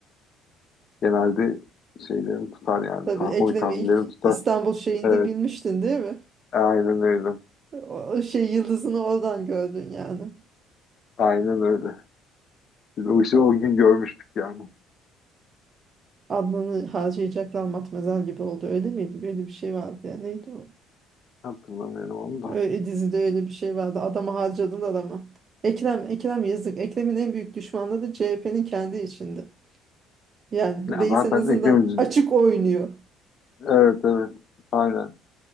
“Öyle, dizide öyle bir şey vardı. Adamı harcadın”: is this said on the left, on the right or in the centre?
Right